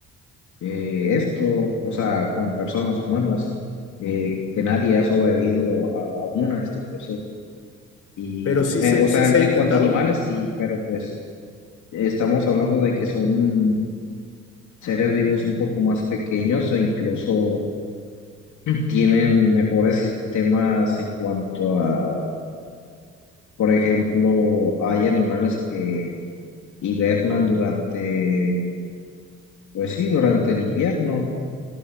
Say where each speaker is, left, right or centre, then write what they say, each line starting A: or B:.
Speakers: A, on the left; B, on the left.
A: eh, esto, o sea, con personas humanas, eh, que nadie ha sobrevivido a, a una a este proceso. Y,
B: Pero sí
A: eh,
B: se,
A: o
B: sí
A: sea,
B: se
A: en
B: ha intentado.
A: cuanto a animales, sí, pero pues estamos hablando de que son seres vivos un poco más pequeños e incluso tienen mejores sistemas en cuanto a, por ejemplo, hay animales que hibernan durante Pues sí, durante el invierno